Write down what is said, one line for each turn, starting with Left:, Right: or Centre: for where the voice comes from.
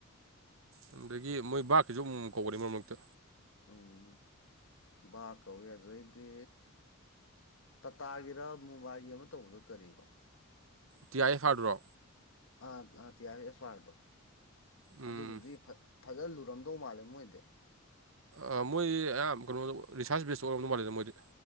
Right: ꯑꯗꯨꯗꯒꯤ ꯃꯣꯏ ꯕꯥꯛꯀꯤꯁꯨ ꯑꯃꯨꯛꯃꯨꯛ ꯀꯧꯕꯅꯤ ꯃꯔꯛ ꯃꯔꯛꯇ
Left: ꯎꯝ ꯕꯥꯛ ꯀꯧꯏ ꯑꯗꯨꯗꯩꯗꯤ ꯇꯥꯇꯥꯒꯤꯔ ꯃꯣꯕꯥꯏꯒꯤ ꯑꯃ ꯇꯧꯕꯗꯣ ꯀꯔꯤꯕ
Right: ꯇꯤ ꯑꯥꯏ ꯑꯦꯐ ꯑꯥꯔꯗꯨꯔꯣ
Left: ꯑꯥ ꯑꯥ ꯇꯤꯌꯥ ꯑꯦꯐ ꯑꯥꯔꯗꯣ
Right: ꯎꯝ
Left: ꯑꯗꯨꯗꯨꯗꯤ ꯐꯥ ꯐꯖꯅ ꯂꯨꯔꯝꯗꯧ ꯃꯥꯜꯂꯦ ꯃꯣꯏꯗꯤ
Right: ꯑ ꯃꯣꯏꯗꯤ ꯑꯌꯥꯝꯕ ꯀꯩꯅꯣꯗꯣ ꯔꯤꯁꯥꯔꯁ ꯕꯦꯁ ꯑꯣꯏꯔꯝꯗꯧ ꯃꯥꯜꯂꯤꯗ ꯃꯣꯏꯗꯤ